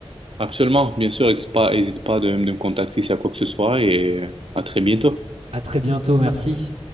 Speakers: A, on the right (about 65°); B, on the right (about 85°).
A: Absolument, bien sûr, n'hésite pas, hésite pas de, de me contacter s'il y a quoi que ce soit et à très bientôt.
B: À très bientôt, merci.